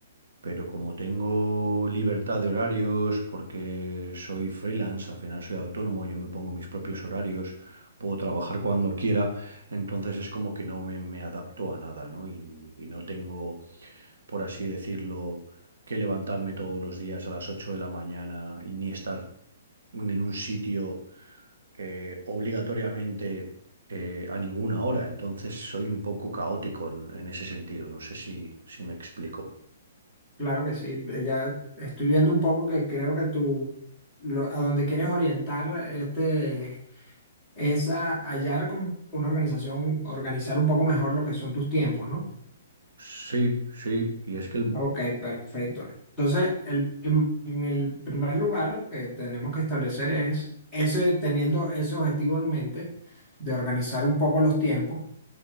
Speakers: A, on the right; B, in the centre.
A: pero como tengo libertad de horarios, porque soy freelance, al final soy autónomo, yo me pongo mis propios horarios, puedo trabajar cuando quiera, entonces es como que no me, me adapto a nada, ¿no? Y, y no tengo, por así decirlo, que levantarme todos los días a las 8 de la mañana y ni estar en un sitio eh, obligatoriamente eh, a ninguna hora. Entonces soy un poco caótico en, en ese sentido. No sé si, si me explico.
B: Claro que sí, ya estoy viendo un poco que creo que tú, lo- a donde quieres orientar este, es a hallar como una organización, organizar un poco mejor lo que son tus tiempos, ¿no?
A: Sí, sí, y es que el...
B: Ok, perfecto. Entonces, el, prim- en el primer lugar, lo que tenemos que establecer es ese, teniendo ese objetivo en mente de organizar un poco los tiempos,